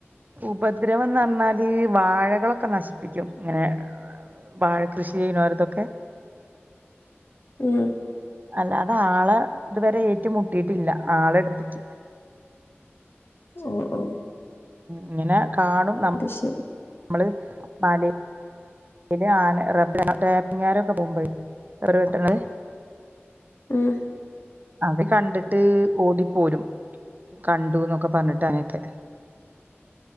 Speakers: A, on the right (about 40°); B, on the left (about 55°).
A: ഉപദ്രവന്ന് പറഞ്ഞാല് വാഴകളൊക്കെ നശിപ്പിക്കും ഇങ്ങനെ വാഴ കൃഷി ചെയ്യുന്നവർതൊക്കെ
B: ഉം
A: അല്ലാതെ ആളെ ഇതുവരെ ഏറ്റുമുട്ടിയിട്ടില്ല ആളെടുത്തക്ക്
B: ഓ ഓ
A: ഇങ്ങനെ കാണും
B: അത് ശെരി
A: നമ്മള് മല ഇ ആന റബ <unintelligible> ടാപ്പിങ് കാരൊക്കെ പോകുമ്പോഴെ അവർ വേട്ട്ണത്
B: ആഹ്
A: അത് കണ്ടിട്ട് ഓടിപ്പോരും, കണ്ടു എന്നൊക്കെ പറഞ്ഞിട്ട് അങ്ങെയൊക്കെ